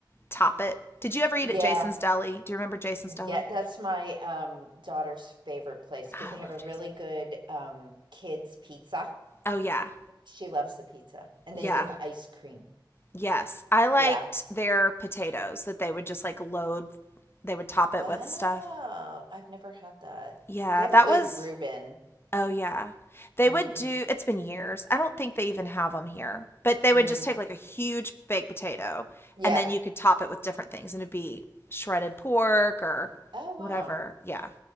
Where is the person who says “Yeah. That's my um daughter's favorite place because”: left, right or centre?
Right